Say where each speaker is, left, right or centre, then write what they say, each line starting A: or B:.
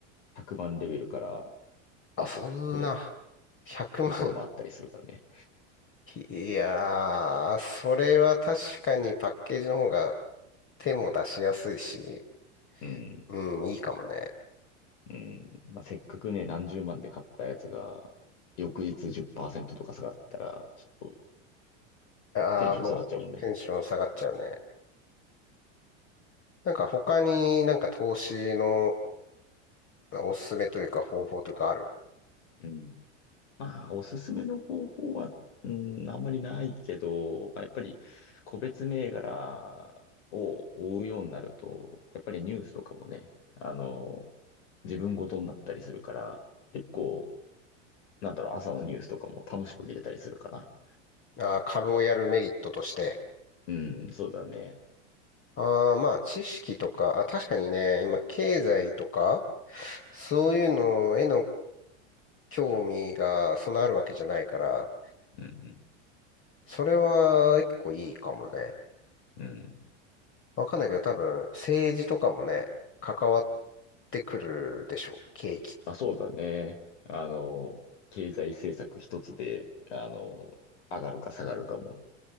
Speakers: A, on the left (about 70°); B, on the left (about 35°).
A: 100万レベルからスタートする
B: あ、そんな、100万。
A: ところもあったりするからね。
B: いやー、それは確かにパッケージの方が手も出しやすいし、
A: うん。
B: うん、いいかもね。
A: うん。まあ、せっかくね、何十万で買ったやつが、翌日10%とか下がったら、ちょっと
B: ああ、
A: テンション下がっちゃうもんね。
B: もうテンション下がっちゃうね。なんか他になんか投資のおすすめというか方法というかある。
A: うんまあ、おすすめの方法は、うん、あんまりないけど、まあ、やっぱり個別銘柄を追うようになると、やっぱりニュースとかもね、あの、自分ごとになったりするから、結構、なんだろう、朝のニュースとかも楽しく見れたりするかな。
B: あー株をやるメリットとして。
A: うん、そうだね。
B: ああ、まあ知識とか、あ、確かにね、今経済とか、そういうのへの興味がそんなあるわけじゃないから、
A: うん、
B: それは一個いいかもね。
A: うん。うん
B: わかんないけど多分政治とかもね、関わってくるでしょう。景気っ
A: まあ、そうだね。あの、経済政策一つで、あの、上がるか下がるかも